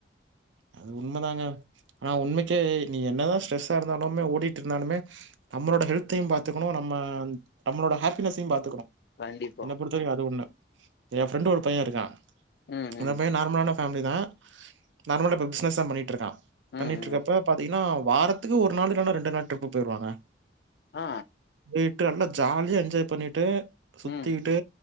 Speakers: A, on the right; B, on the left.
A: அது உண்மதாங்க ஆனா உண்மைக்கே நீங்க என்னதா ஸ்ட்ரஸ்ஸா இருந்தாலுமே ஓடிட்ருந்தாலுமே நம்மளோட ஹெல்த்தையு பாத்துக்கணு நம்ம நம்மளோட ஹேப்பினஸ்ஸயு பாத்துக்கணு
B: கண்டிப்பா
A: தெரியு அது ஒன்னு எ ஃப்ரெண்டு் ஒரு பைய இருக்கா
B: ம் ம்
A: அந்த பைய நார்மலான ஃபேமிலி தா நார்மலா இப்ப பிஸ்னஸ் தா பண்ணிட்ருக்கா
B: ம்
A: பண்ணிட்ருக்கப்ப
B: ம்
A: பாத்தீங்கனா வாரத் க்கு ஒரு நாள் இல்லனா ரெண்டு நாள் ட்ரிப்பு போய்ருவாங்க
B: ஆ
A: போய்ட்டொன்ன ஜாலியா என்ஜாய் பண்ணிட்டு
B: ம்.
A: சுத்திக்கிட்டு